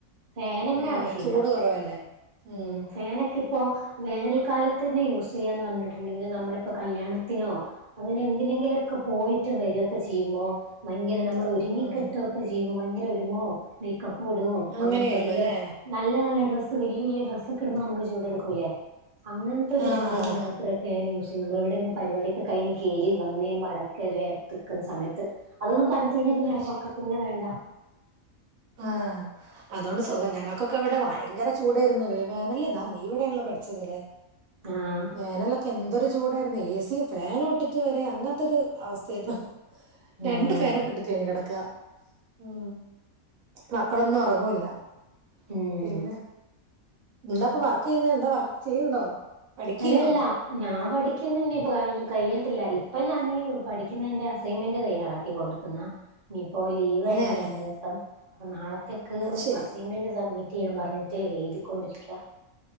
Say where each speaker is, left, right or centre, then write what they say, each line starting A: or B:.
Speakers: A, on the right; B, on the right.
A: ഫൺന്നെ
B: ആ
A: ആവശ്യമില്ല
B: ചൂട് കുറവല്ലേ ഉം
A: ഉ ഫൺക്കെ ഇപ്പൊ വേനൽക്കാലത്തന്നെ യൂസ് ചെയ്യാന്ന് പറഞ്ഞിട്ടുണ്ടെങ്കിൽ നമ്മളിപ്പോ കല്യാണത്തിനോ അങ്ങനെ എന്തിനെങ്കിലുംക്കെ പോയിട്ട് വരൊക്കെ ചെയ്യുമ്പോ മ നമ്മൾ ഒരുങ്ങിക്കെട്ട
B: ഉം
A: ഒക്കെ ചെയ്യുമ്പോ ഭയങ്കര ഒരുങൊ മേക്കപ്പ് വിടും
B: അങ്ങനെയുള്ളൂ
A: അങ്ങനത്തെ ഓരോരോ
B: അല്ലേ
A: നല്ല, നല്ല ഡ്രസ്സ് വലിയ, വലിയ ഡ്രസ് ഒക്കെ ഇടുമ്പോ നമുക്ക് ചൂടെടുക്കൂല്ലേ അങ്ങനത്തോരു
B: ആ
A: ചൂടിന്
B: ആ ആ
A: മാം ഇത്രയൊക്കെ ന്യൂസെ ഉള്ളൂ എവിടെയങ്കി പരിപടിക്കെ കഴിഞ് കേറി വന്നേ മടക്കെ വേർത്തിക്കുന്ന സമയത്ത് അതൊന്നും തണുത്തഴിഞ്ഞാ പിന്നെ
B: അത്
A: ഒഫക്ക
B: ശരി
A: പിന്നെ വേണ്ട.
B: ആ അതോണ്ട്
A: ഉം
B: സുഖ ഞങ്ങക്കൊക്കെ ഇവിടെ ഭയങ്കര ചൂടായിരുന്നു വേവേനല്ലേ നാ നീ ഇവിടെയാണല്ലോ പഠിച്ചതിലേ.
A: ആഹ്.
B: വേനലൊക്കെ എന്തൊരു ചൂടായിരുന്നു ഏസിയും ഫാനും ഇട്ടിട്ട് വരെ അങ്ങനത്തൊരു അവസ്ഥേരുന്നു.
A: ഉം
B: രണ്ടു ഫേനൊക്കെ ഇട്ടിട്ടേന് കെടക്ക ഉം. മക്കളൊന്നും ഒറങ്ങൂല്ല.
A: ഉം.
B: പിന്നെ എന്താപ്പ വർക്കെയ്യുന്നെ എന്താ വർക്ക് ചെയ്യണ്ടോ? പഠിക്കയാണോ?
A: അല്ലല്ല. ഞാൻ പഠിക്കുന്നന്നെ. ഇപ്പ കൈ കയത്തില്ല ഇപ്പ ഞാനീ പഠിക്കുന്നെന്റെ അസൈൻമെന്റ് തയ്യാറാക്കികൊണ്ട് ട്ട്ന്ന ഇനിയിപ്പോ ലീവ് ആയിരുന്നു
B: ഏഹ്
A: രണ്ടുസം അപ്പൊ നാളത്തേക്ക്
B: അത് ശെരി.
A: അസൈൻമെന്റ് സബ്മി റ്റെയ്യാൻ പറഞ്ഞിട്ട് എഴുതിക്കൊണ്ടിരിക്ക.